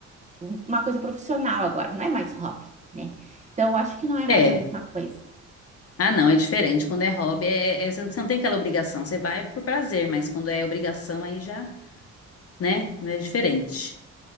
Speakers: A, on the right; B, on the left.
A: uma coisa profissional agora, não é mais hobby, né? Então, eu acho que não é mais
B: É.
A: a mesma coisa.
B: Ah, não, é diferente. Quando é hobby, é, é- é, você não você não tem aquela obrigação. Você vai por prazer, mas quando é obrigação, aí já, né? É diferente.